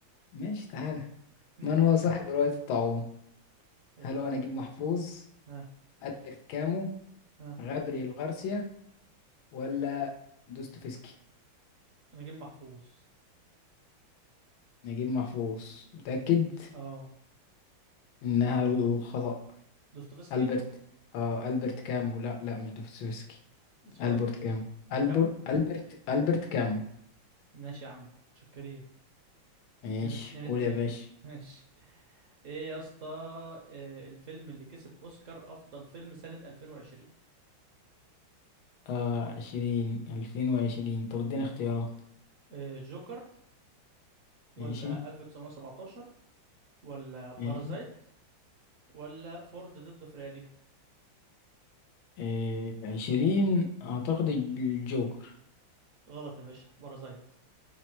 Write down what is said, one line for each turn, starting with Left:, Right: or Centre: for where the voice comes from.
Left: ماشي تعالى
Right: هم،
Left: من هو صاحب رواية الطاعون
Right: يا
Left: هل
Right: دي القرف
Left: هو نجيب محفوظ
Right: ها
Left: ألبرت كامو
Right: ها
Left: غابرييل غارسيا ولا دوستويفسكي
Right: أنا جيم محفوظ
Left: نجيب محفوظ متأكد
Right: اه
Left: إنها الخطأ
Right: دوستويفسكي
Left: ألبرت آه ألبرت كامو لا لا مش دوستويفسكي
Right: اسمه
Left: ألبرت
Right: ايه؟
Left: كامو ألبرت
Right: كام؟
Left: ألبرت ألبرت كامو
Right: ماشي يا عم شكرين
Left: ماشي
Right: اتنين اتنين اتنين
Left: قول يا باشا
Right: ماشي ايه يا اسطى إيه الفيلم اللي كسب اوسكار افضل فيلم سنة 2020
Left: آه عشرين ألفين وعشرين طب اديني اختيارات
Right: إيه جوكر ولا
Left: ماشي
Right: 1917 ولا بارازايت
Left: ماشي.
Right: ولا فورد ضد فيراري
Left: إيه عشرين أعتقد الجوكر
Right: غلط يا باشا بارازايت